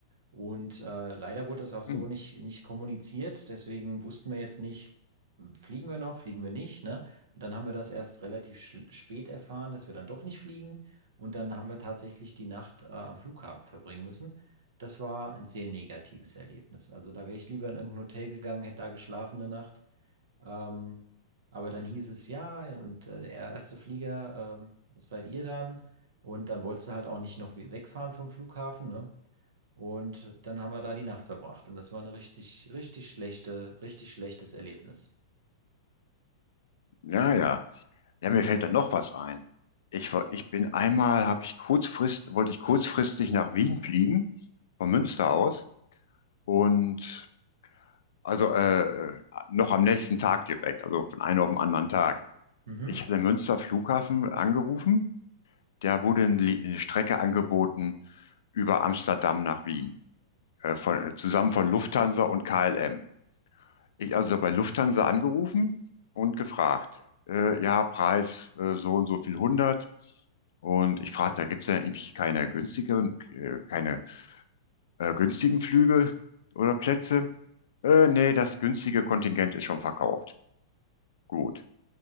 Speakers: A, on the right; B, on the left.
A: Und äh, leider wurde das auch so
B: Hm,
A: nicht, nicht kommuniziert. Deswegen wussten wir jetzt nicht, hm, fliegen wir noch, fliegen wir nicht, ne? Und dann haben wir das erst relativ schl- spät erfahren, dass wir dann doch nicht fliegen. Und dann haben wir tatsächlich die Nacht äh, am Flughafen verbringen müssen. Das war ein sehr negatives Erlebnis. Also da wäre ich lieber in irgendein Hotel gegangen, hätte da geschlafen eine Nacht. Ähm, aber dann hieß es ja, und äh, der erste Flieger ähm, seid ihr dann. Und dann wolltest du halt auch nicht noch we- wegfahren vom Flughafen, ne? Und dann haben wir da die Nacht verbracht. Und das war eine richtig, richtig schlechte, richtig schlechtes Erlebnis.
B: ja, ja. Ja, mir fällt dann noch was ein. Ich, war- ich bin einmal, habe ich kurzfrist, wollte ich kurzfristig nach Wien fliegen, von Münster aus. Und also äh, noch am nächsten Tag direkt, also von einem auf den anderen Tag.
A: Mhm.
B: Ich hatte Münster Flughafen angerufen der wurde eine Strecke angeboten über Amsterdam nach Wien, äh, von, zusammen von Lufthansa und KLM. Ich also bei Lufthansa angerufen und gefragt, äh, ja, Preis äh, so und so viel 100. Und ich fragte, da gibt es ja eigentlich keine günstigeren, äh, keine äh, günstigen Flüge oder Plätze. Äh, nee, das günstige Kontingent ist schon verkauft. Gut.